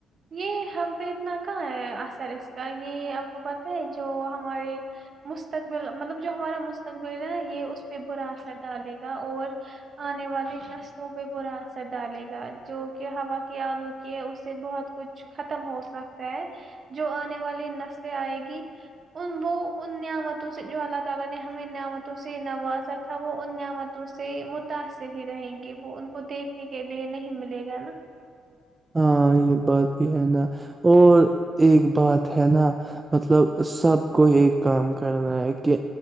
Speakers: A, on the right (about 50°); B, on the right (about 25°).
A: یہ ہم پہ اتنا کہاں ہے اثر اس کا یہ آپ کو پتہ ہے جو ہمارے مستقبل مطلب جو ہمارا مستقبل ہے یہ اس پہ برا اثر ڈالے گا اور آنے والے نسلوں پہ برا اثر ڈالے گا جو ہوا کی آلو کی ہے اس سے بہت کچھ ختم ہو سکتا ہے جو آنے والی نسلیں آئے گی ان وہ ان نعمتوں سے جو اللہ تعالی نے ہمیں گن نعمتوں سے نواز تھا وہ ان نعمتوں سے متاثر ہی رہیں گی وہ ان کو دیکھنے کے لیے نہیں ملے گا نا <inaudible>
B: ہاں یہ بات بھی ہے نا اور ایک بات ہے نا مطلب سب کو ایک کام کرنا ہے کہ